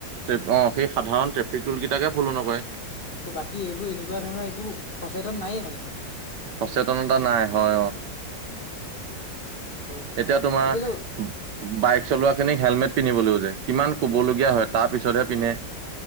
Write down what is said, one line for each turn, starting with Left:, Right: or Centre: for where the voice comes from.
Right: অ', সেই সাধাৰণ ট্ৰেফিক ৰুল কেইটাকে ফল' নকৰে।
Left: এ বাকী এইবোৰ এনেকুৱা ধৰণৰ একো সচেতন নায়েই মানে।
Right: সচেতনতা নাই হয় অ,।
Left: হয়
Right: এতিয়া তোমাৰ
Left: এতিয়াতো
Right: বাইক চলোৱা খিনিক হেলমেট পিন্ধিবলৈও যে কিমান ক'বলগীয়া হয় তাৰ পিছতহে পিন্ধে।